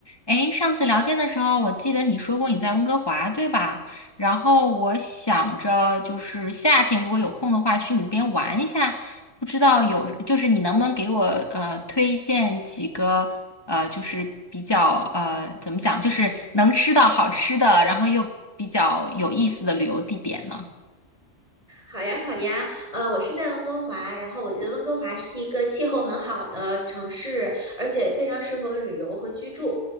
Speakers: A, on the left; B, on the right.
A: 诶，上次聊天的时候，我记得你说过你在温哥华，对吧？然后我想着就是夏天如果有空的话，去你那边玩一下。不知道有，就是你能不能给我呃推荐几个呃，就是比较呃怎么讲，就是能吃到好吃的，然后又比较有意思的旅游地点呢？
B: 好呀，好呀，呃，我是在温哥华，然后我觉得温哥华是一个气候很好的城市，而且非常适合旅游和居住。